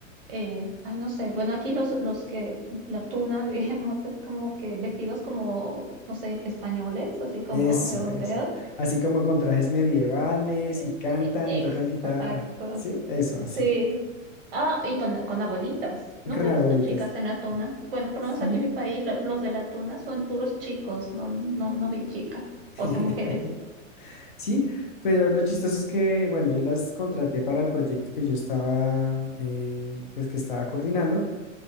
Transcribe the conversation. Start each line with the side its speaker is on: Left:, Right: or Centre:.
Right: eh, ay, no sé. Bueno, aquí los, los que, la tuna, <laughs> digamos, es como que vestidos como, no sé, españoles, así como
Left: Eso,
Right: europeos.
Left: eso. Así como con trajes medievales
Right: Eh,
Left: y cantan
Right: eh, Exacto.
Left: y tocan guitarra. ¿Sí? Eso, así.
Right: Sí. Ah, y con, con abuelitas.
Left: Y
Right: Nunca
Left: con
Right: he
Left: abuelitas.
Right: visto chicas en la tuna. Bueno, por
Left: Sí.
Right: lo menos aquí en mi país, la- los de la tuna son puros chicos. No, no, no vi chicas.
Left: <laughs>
Right: O sea, mujeres.
Left: Sí, pero lo chistoso es que, bueno, yo las contraté para el proyecto que yo estaba, eh, pues que estaba coordinando